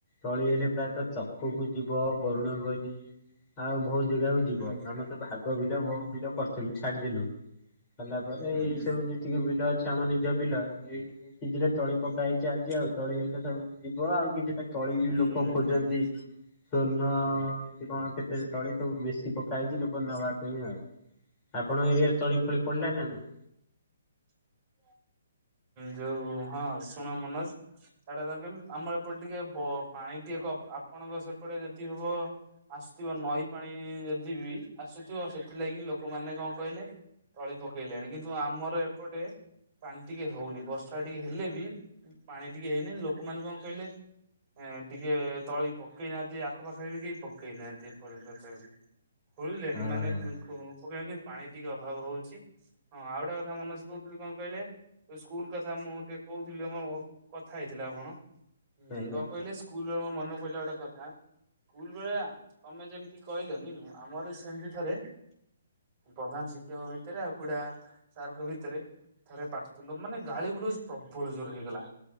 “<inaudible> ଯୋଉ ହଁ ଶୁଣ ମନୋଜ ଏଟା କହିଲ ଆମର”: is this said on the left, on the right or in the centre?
Right